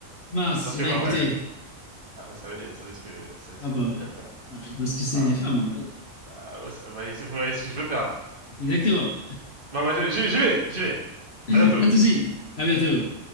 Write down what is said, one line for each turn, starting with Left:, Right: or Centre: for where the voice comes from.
Left: mince.
Right: Parce
Left: Eh
Right: que,
Left: ben
Right: bah,
Left: écoutez,
Right: ouais... ah, vous savez, vous savez ce que, vous savez ce
Left: ah
Right: que
Left: bah,
Right: je veux dire, quoi.
Left: ouais, parce que c'est
Right: Enfin,
Left: les femmes. ouais.
Right: ah, vous sa- vous voyez, vous voyez ce que je veux faire, là.
Left: Exactement.
Right: Bah, bah, je- je- j'y vais, j'y vais.
Left: <laughs>
Right: À bientôt.
Left: Pas de souci. À bientôt.